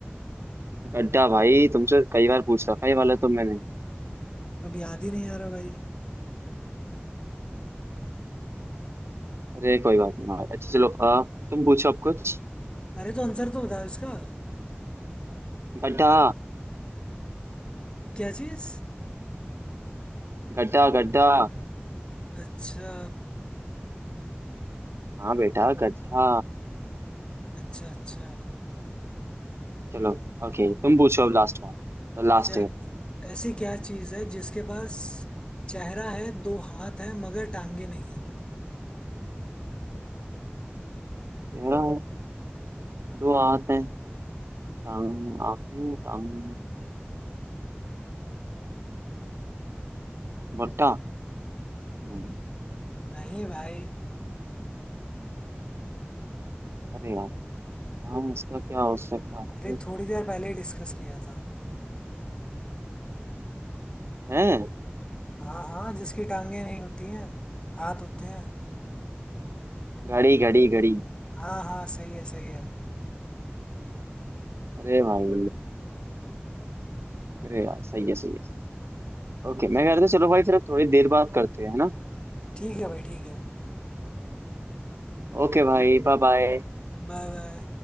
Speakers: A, on the right; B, on the left.
A: गड्ढा भाई तुमसे कई बार पूछ रखा है ये वाला तो मैंने
B: अब याद ही नहीं आ रहा भाई
A: अरे कोई बात नहीं भाई अच्छा चलो अ, तुम पूछो अब कुछ
B: अरे तो आंसर तो बताओ इसका
A: गड्ढा
B: क्या चीज
A: गड्ढा गड्ढा
B: अच्छा
A: हाँ बेटा गड्ढा
B: अच्छा अच्छा
A: चलो ओके तुम पूछो अब लास्ट बार लास्ट
B: अच्छा
A: है अपनी।
B: ऐसी क्या चीज है जिसके पास चेहरा है दो हाथ है मगर टांगे नहीं है
A: क्या दो हाथ हैं टांग आंखें टांग भुट्टा नहीं
B: नहीं भाई
A: अरे यार हम इसका क्या हो सकता
B: अरे
A: है
B: थोड़ी देर पहले ही डिस्कस किया था
A: हैं
B: हाँ हाँ जिसकी टांगे नहीं होती हैं हाथ होते हैं
A: घड़ी घड़ी घड़ी
B: हाँ हाँ सही है सही है
A: अरे भाई अरे यार सही है सही है सही है। ओके मैं कहता चलो भाई फिर अब थोड़ी देर बात करते हैं है ना
B: ठीक है भाई ठीक है
A: ओके भाई बाय बाय
B: Bye bye